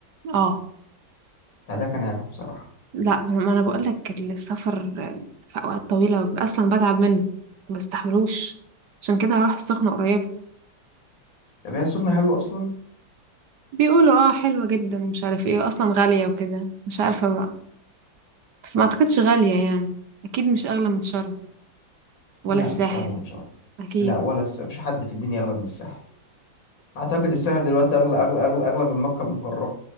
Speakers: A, on the right; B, on the left.
A: اه
B: فده كان عيبها بصراحة
A: لا ما انا بقول لك السفر في اوقات طويله اصلا بتعب منه ما بستحملوش عشان كده هروح السخنه قريب
B: طب هي السخنة حلوة أصلا؟
A: بيقولوا اه حلوه جدا مش عارف ايه اصلا غاليه وكده مش عارفه بقى بس ما اعتقدش غاليه يعني اكيد مش اغلى من شرم ولا
B: لا
A: الساحل
B: مش أغلى من شرم
A: اكيد
B: لا ولا الس- مش حد في الدنيا أغلى من الساحل اعتقد الساحل دلوقتي اغلى اغلى اغلى اغلى من مكة المكرمة